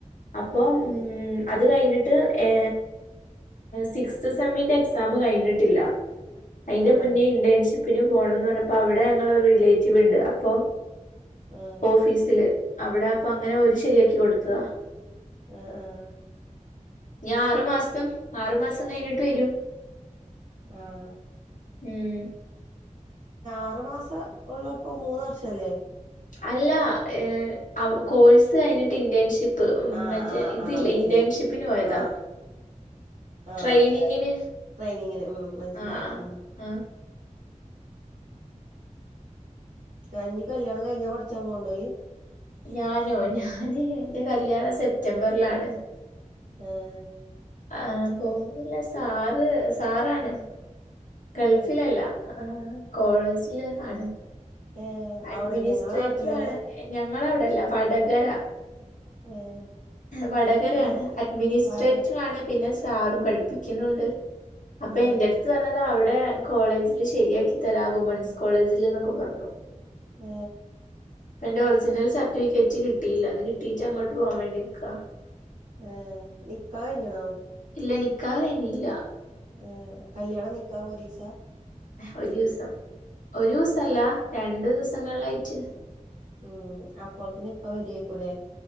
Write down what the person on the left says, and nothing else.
അപ്പോൊ
ഉ അത് കഴിഞ്ഞിട്ട് ഏ സിക്സ്ത് സെമ്മിന്റെ എക്സാം കഴിഞ്ഞിട്ടില്ല അതിന്റെ
മുന്നേ ഇണ്ടേൻസി പിന്നെ പോണംന്ന് പറഞ്ഞപ്പോ അവിടെ അവിടെ ഞങ്ങളരു റിലേറ്റീവ് ഉണ്ട് അപ്പം
ഓഫീസില് അവിടെ അപ്പൊ അങ്ങനെ ഒരു ശരിയാക്കി കൊടുത്തതാ
ഞാൻ ആറു മാസം ആറു മാസം നേരിിട്ട് വരും
ഉം
അല്ല എ അ കോഴ്സ് കഴിഞ്ഞിട്ട് ഇന്റേൺഷിപ്പ്
മറ്റേ
ഇതില്ല
ഇന്റേൺഷിപ്പിന് പോയതാ
ട്രെയിനിങ്ങിന്
ആ ആ
ആ
ഞാനോ ഞാന് എൻ്റെ കല്യാണ സെപ്റ്റംബറിലാണ്
ആ പോവുന്നില്ല സാറ് സാറാണ് ഗൾഫിലല്ല
ആ കോളേജില് ആണ്
അഡ്മിനിസ്ട്രേറ്ററാണ്
ഞങ്ങളവിടെല്ല വടകര
വടകരാണ്
അഡ്മിനിസ്ട്രേറ്ററാണ്
പിന്നെ സാറും പഠിപ്പിക്കുന്നുണ്ട് അപ്പൊ
എന്റെ അടുത്ത് പറഞ്ഞത് അവിടെ കോളേജില് ശരിയാക്കി ഉത്തര വുമൻസ് കോളേജിൽന്നൊക്കെ പറഞ്ഞു
ഇപ്പ എന്റെ ഒറിജിനൽ സർട്ടിഫിക്കറ്റ് കിട്ടിയില്ല അത് കിട്ടീട്ട് അങ്ങോട്ട് പോകാൻ വേണ്ടി നിക്കാ
ഇല്ല നിക്കാഹ കഴിഞ്ഞിട്ടില്ല
ഒരു ദിവസം ഒരു ദിവസല്ല രണ്ടു ദിവസം ദിസങ്ങളിലായിട്ട്